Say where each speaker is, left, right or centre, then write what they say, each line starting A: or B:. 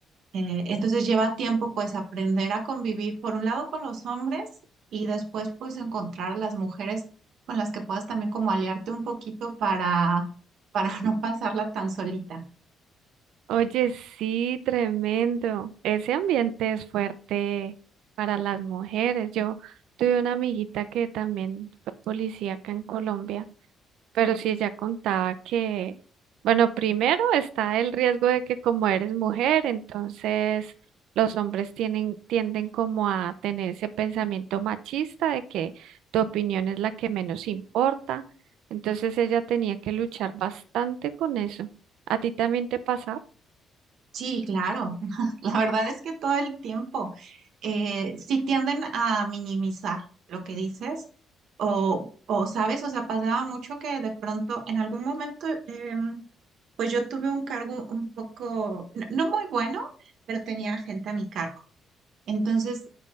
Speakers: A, on the right; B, on the right.
A: Eh, entonces lleva tiempo pues aprender a convivir por un lado con los hombres y después pues encontrar a las mujeres con las que puedas también como aliarte un poquito para, para <laughs> no pasarla tan solita.
B: Oye, sí, tremendo. Ese ambiente es fuerte para las mujeres. Yo tuve una amiguita que también fue policía acá en Colombia. Pero sí, ya contaba que, bueno, primero está el riesgo de que como eres mujer, entonces los hombres tienen, tienden como a tener ese pensamiento machista de que tu opinión es la que menos importa. Entonces ella tenía que luchar bastante con eso. ¿A ti también te pasaba?
A: Sí, claro. <laughs> La verdad es que todo el tiempo eh, sí tienden a minimizar lo que dices o, o, sabes, o sea, pasaba mucho que de pronto en algún momento, em, pues yo tuve un cargo un poco, no, no muy bueno, pero tenía gente a mi cargo. Entonces,